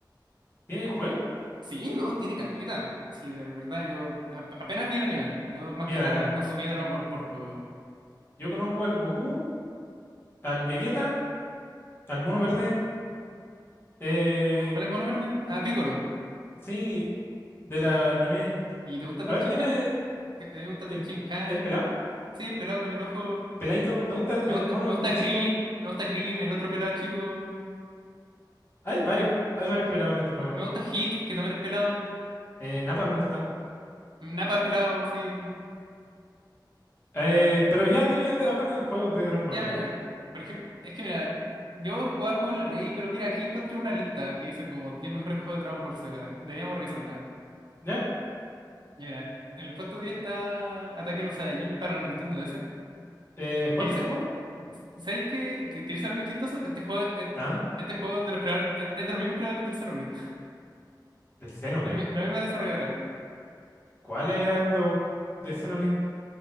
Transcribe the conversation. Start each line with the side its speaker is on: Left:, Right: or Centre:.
Left: ¿Tiene juego?
Right: Sí, no, tiene caleta. Sí, de verdad, yo ap- apenas vi el anime. Yo más
Left: Mira,
Right: que nada consumía Dragon Ball por juego.
Left: yo conozco al Goku, al Vegeta, al Mono Verde. Eh,
Right: ¿Cu- ¿Cuál es el mono verde? Ah, Piccolo.
Left: sí, del anime.
Right: ¿Y te gusta
Left: A
Right: Ten
Left: ver, dime
Right: Han? Sí, A mí me gusta
Left: el,
Right: Ten Han.
Left: el pelado.
Right: Sí, el pelado con el ojo.
Left: Peladito, me gusta el,
Right: Me
Left: el
Right: gusta,
Left: mono
Right: me gusta
Left: chico.
Right: Krillin. Me gusta Krillin, el otro pelado chico.
Left: Hay varios, hay varios pelados en este juego.
Right: Me me gusta Hit, que también es pelado.
Left: Eh, Nappa me gusta.
Right: Napas pelados, sí.
Left: Eh, pero ya, dime, de- háblame del juego de Dragon Ball.
Right: Ya, mira, por ejemplo, es que mira, yo jugaba juegos en la Play, pero mira, aquí encontré una lista que dice como 10 mejores juegos de Dragon Ball Z. Deberíamos revisarla.
Left: ¿Ya?
Right: Ya, mira, en el puesto 10 está Ataque a los Saiyajin para la Nintendo DS.
Left: Eh, ¿jugaste
Right: Que dice,
Left: este juego?
Right: ¿sabéis que, que queréis saber algo chistoso? Este juego, es-
Left: Ah,
Right: este, juego es de los creadores, es, es de los mismos creadores del Xenoblade. <laughs>
Left: de Xenoblade.
Right: La, mi- la misma desarrolladora.
Left: ¿Cuáles eran los de Xenoblade?